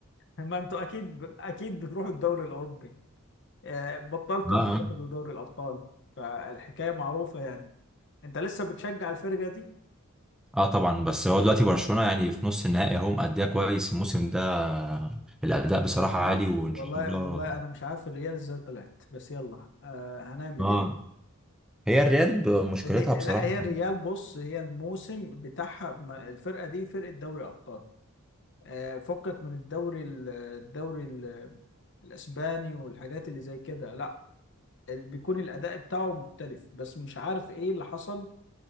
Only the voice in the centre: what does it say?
اه
أه طبعا بس هو دلوقتي برشلونة يعني في نص النهائي أهو مأديها كويس الموسم ده الأداء بصراحة
عالي
وإن شاء الله
اه
هي الريال ب- مشكلتها
بصراحة